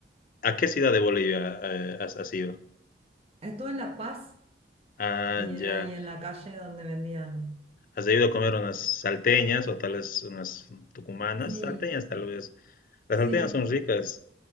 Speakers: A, on the left; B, on the right.
A: ¿a qué ciudad de Bolivia eh, has, has ido?
B: Estuve en La Paz
A: Ah,
B: y era
A: ya.
B: ahí en la calle donde vendían.
A: ¿Has debido comer unas salteñas o tal vez unas tucumanas?
B: Sí,
A: Salteñas tal vez. Las
B: sí.
A: salteñas son ricas.